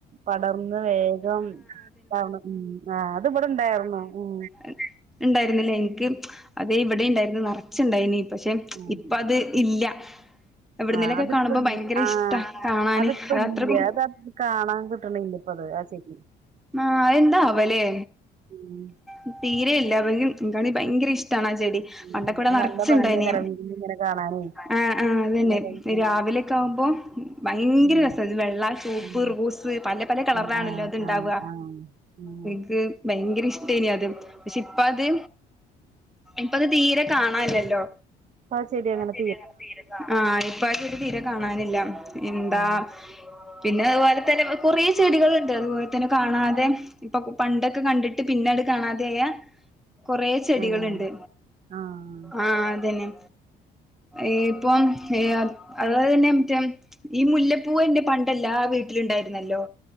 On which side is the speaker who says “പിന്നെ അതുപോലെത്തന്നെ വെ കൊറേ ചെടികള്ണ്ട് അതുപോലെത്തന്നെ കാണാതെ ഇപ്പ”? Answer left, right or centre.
Centre